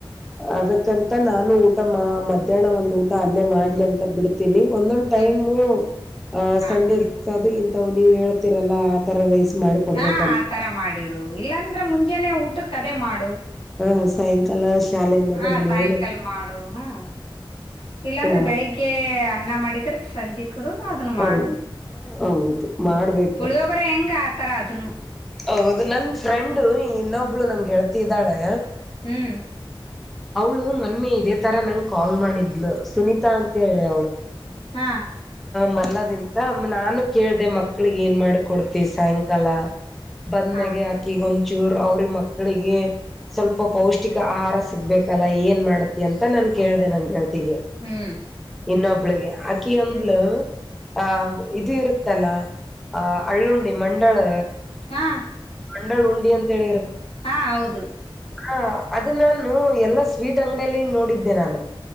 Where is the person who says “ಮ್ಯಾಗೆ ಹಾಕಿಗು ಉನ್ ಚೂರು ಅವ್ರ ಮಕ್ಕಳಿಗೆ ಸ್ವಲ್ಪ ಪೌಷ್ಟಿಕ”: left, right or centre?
Centre